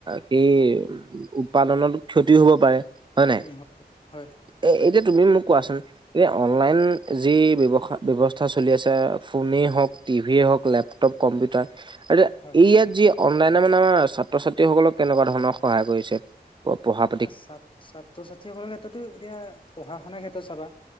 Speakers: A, on the right; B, on the left.
A: সেই উৎপাদনত ক্ষতিও হ'ব পাৰে হয় নাই?
B: উম হয় হয়
A: এ এতিয়া তুমি মোক কোৱাচোন এ অনলাইন যি ব্যৱসা ব্যৱস্থা চলি আছে ফোনেই হওক টিভিয়ে হওক লেপ টপ কম্পিটাৰ আচ্ছা
B: হয়
A: এই ইয়াত যি অনলাইনে মানে আমাৰ ছাত্ৰ ছাত্ৰীসকলক কেনেকুৱা ধৰণৰ সহায় কৰিছে প পঢ়াত
B: ছাত ছাত্ৰ ছাত্ৰীসকলৰ ক্ষেত্ৰতো এতিয়া পঢ়া শুনাৰ ক্ষেত্ৰত চাবা